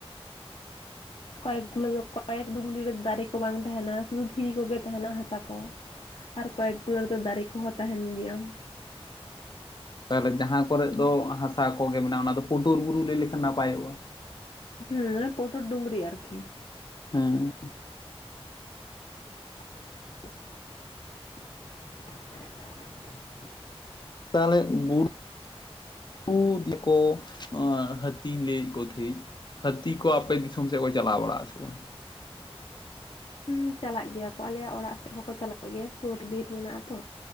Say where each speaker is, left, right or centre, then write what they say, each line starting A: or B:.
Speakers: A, on the left; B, on the left.
A: ᱠᱚᱭᱮᱠ ᱜᱩᱞᱟᱹ ᱫᱚ ᱠᱚᱭᱮᱠ ᱰᱩᱝᱨᱤ ᱨᱮ ᱫᱟᱨᱮ ᱠᱚ ᱵᱟᱝ ᱛᱟᱦᱮᱱᱟ ᱥᱩᱫᱩ ᱫᱷᱤᱨᱤ ᱠᱚᱜᱮ ᱛᱟᱦᱮᱱᱟ ᱦᱟᱥᱟ ᱟᱨ ᱠᱚᱭᱮᱠ ᱜᱩᱞᱟᱹ ᱨᱮᱫᱚ ᱫᱟᱨᱮ ᱠᱚᱦᱚᱸ ᱛᱟᱦᱮᱱ ᱜᱮᱭᱟ ᱾
B: ᱛᱟᱦᱚᱞᱮ ᱡᱟᱦᱟᱸ ᱠᱚᱨᱮᱜ ᱫᱚ ᱦᱟᱥᱟ ᱠᱚᱜᱮ ᱢᱮᱱᱟᱜᱼᱟ ᱚᱱᱟ ᱫᱚ ᱯᱩᱴᱩᱨ ᱵᱩᱨᱩ ᱞᱟᱹᱭ ᱞᱮᱠᱷᱟᱱ ᱫᱚ ᱱᱟᱯᱟᱭᱚᱜᱼᱟ ᱾
A: ᱦᱩᱸ ᱯᱚᱴᱚᱨ ᱰᱩᱝᱨᱤ ᱟᱨᱠᱤ ᱾
B: ᱦᱮᱸ ᱾
A: <inaudible>
B: ᱛᱟᱦᱚᱞᱮ ᱵᱩᱨᱩ ᱵᱩ ᱫᱤ ᱠᱚ ᱦᱟᱹᱛᱤᱧ ᱞᱟᱹᱭ ᱠᱚ ᱛᱟᱦᱮᱜ ᱦᱟᱹᱛᱤ ᱠᱚ ᱟᱯᱮ ᱫᱤᱥᱼᱼ ᱥᱮᱫᱠᱚ ᱪᱟᱞᱟᱣ ᱵᱟᱲᱟᱜ ᱟ ᱥᱮ ᱵᱟᱝ?
A: ᱦᱩᱸ ᱪᱟᱞᱟᱜ ᱜᱮᱭᱟ ᱠᱚ ᱟᱞᱮᱭᱟᱜ ᱚᱲᱟᱜ ᱥᱮᱫ ᱦᱚᱸᱠᱚ ᱪᱟᱞᱟᱜ ᱜᱮᱭᱟ ᱥᱳᱨ ᱵᱤᱨ ᱢᱮᱱᱟᱜ ᱟ ᱛᱚ